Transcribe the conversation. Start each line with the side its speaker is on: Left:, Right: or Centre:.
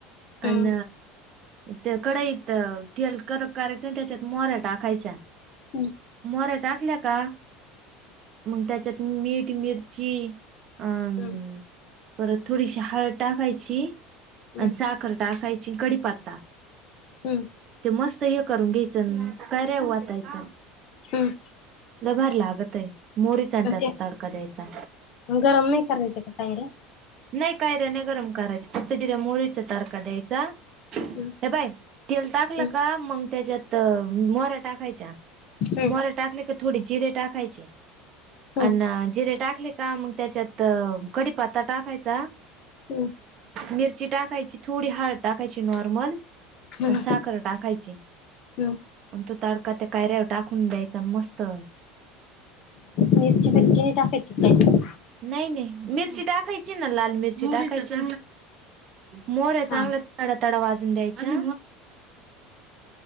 Left: हम्म
Right: आन ते कडईत तेल करक करायच आणि त्याच्यात मोऱ्या टाकायच्या.
Left: हम्म
Right: मोऱ्या टाकल्या का? मग त्याच्यात मीठ, मिरची- अ
Left: हम्म
Right: परत थोडीशी हळद टाकायची
Left: हम्म
Right: आणि साख खर टाकायची कडीपात्ता
Left: हम्म
Right: ते मस् हे करून घ्यायचं कैऱ्या ओताईच.
Left: हम्म!
Right: लयभारी लागतय मोरीचा आणि त्याचा
Left: ते
Right: तडका द्यायचा.
Left: गरम नाही करायचे का तायडे.
Right: नाही कायऱ्याने गरम करायची फक्त जिऱ्या मोरीचा तारखा द्यायचा. हे
Left: हम्म
Right: पाय तेल टाकलं
Left: हम्म
Right: का मग त्याच्यात मोऱ्या टाकायच्या.
Left: हम्म.
Right: मोहऱ्या टाकले तर थोडी जिरे टाकायचे
Left: हम्म
Right: अण जिरे टाकले का मग त्याच्यात कडीपता अ टाकायचा.
Left: हम्म.
Right: मिरची टाकयची थोडी हळद टाकायची नॉर्मल.
Left: हम्म
Right: आणि साखर टाकायची.
Left: हम्म
Right: आणि तो ताडका त्या कायऱ्यावर टाकून द्यायचा आणि मस्त.
Left: मिरची
Right: मस्त
Left: मिरची नाही टाकायची काय.
Right: नाही नाही मिरची टाकायची ना लाल मिरची टाकायची. मोर्या चांगल्या
Left: हा
Right: तड तडा वाजून द्यायच्या.